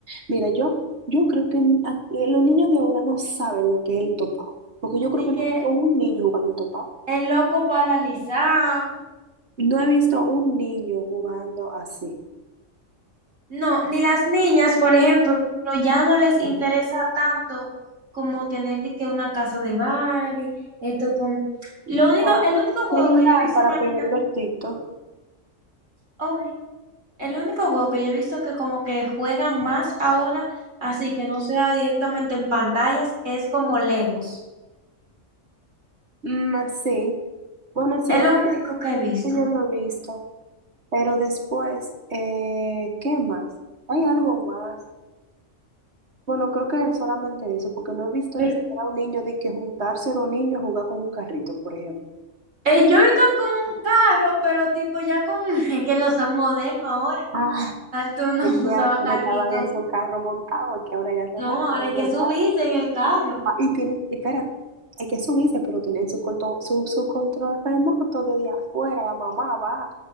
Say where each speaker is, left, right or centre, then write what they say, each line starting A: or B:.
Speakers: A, on the right; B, on the right.
A: mira, yo, yo creo que n- a- eh, los niños de ahora no saben lo que es el topado, porque yo
B: de
A: creo que
B: que
A: no he visto un niño jugando el topado.
B: el loco paralizado.
A: No he visto un niño jugando así.
B: No, ni las niñas, por ejemplo, ya no les interesa tanto como tener de que una casa de Barbie, esto con... Lo único,
A: O
B: el único juego
A: celular
B: que yo he visto
A: para
B: que los
A: poder
B: niños-
A: ver TikTok.
B: oh, eh, el único juego que yo he visto que como que juegan más ahora, así que no sea directamente en pantallas, es como Legos.
A: Mm, sí. Bueno, sí,
B: Es
A: eso
B: lo único que he visto.
A: yo lo he visto. Pero después, eh, ¿qué más? ¿Hay algo más? Bueno, creo que es solamente eso, porque no he visto
B: Pero-
A: ni siquiera un niño de que juntarse dos niños a jugar con un carrito, por ejemplo.
B: Eh, yo he visto con carro, pero tipo ya con <laughs> que los son modernos ahora.
A: Ah,
B: Antes uno
A: es
B: <laughs>
A: que
B: usaba
A: antes no
B: carrito
A: estaban esos carros montados, es que ahora ya se
B: No,
A: montan
B: ahora
A: los
B: hay que subirse
A: carros.
B: en el carro.
A: Ah, y tienen, espérate, hay que subirse, pero tienen su, corto- su, su control remoto desde afuera, la mamá va